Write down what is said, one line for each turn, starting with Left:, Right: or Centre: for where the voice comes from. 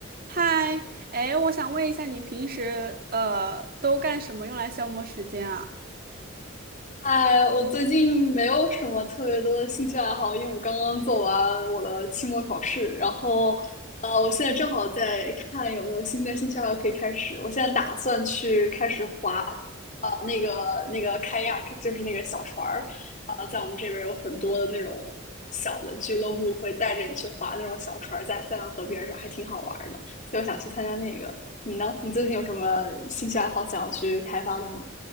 Right: 嗨，哎，我想问一下，你平时呃都干什么用来消磨时间啊？
Left: 哎，我最近没有什么特别多的兴趣爱好，因为我刚刚做完我的期末考试，然后，呃，我现在正好在看有没有新的兴趣爱好可以开始。我现在打算去开始划，呃，那个那个开亚 y 就是那个小船儿，啊、在我们这边有很多的那种小的俱乐部会带着你去划那种小船儿，在塞纳河边上，还挺好玩儿的，所以我想去参加那个。你呢？你最近有什么兴趣爱好想要去开发的吗？